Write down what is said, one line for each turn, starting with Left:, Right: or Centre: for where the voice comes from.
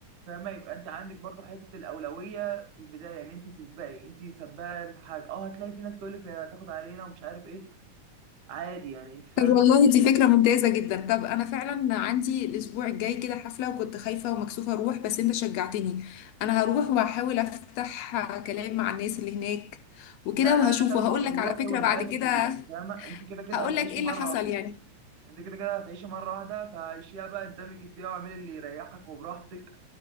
Right: فاهمه يبقى انت عندك برضو حته الاولويه في البدايه يعني انت تسبقي انت سباقه الحاجه اه هتلاقي في ناس تقول لك هتاخد علينا ومش عارف ايه عادي يعني انت فاهمه
Left: طب والله دي فكرة ممتازة جدا طب انا فعلا عندي الاسبوع الجاي كده حفلة وكنت خايفة ومكسوفة اروح بس انت شجعتني انا هروح وهحاول افتح كلام مع الناس اللي هناك وكده
Right: لا لا
Left: وهشوف
Right: لا روحي
Left: وهقول لك على
Right: روحي
Left: فكرة
Right: واندمجي
Left: بعد كده
Right: يعني فاهمه انت كده كده
Left: هقول
Right: هتعيشي
Left: لك ايه اللي
Right: مره
Left: حصل
Right: واحده
Left: يعني
Right: انت كده كده هتعيشي مره واحده فعيشيها بقى اندمجي فيها واعملي اللي يريحك وبراحتك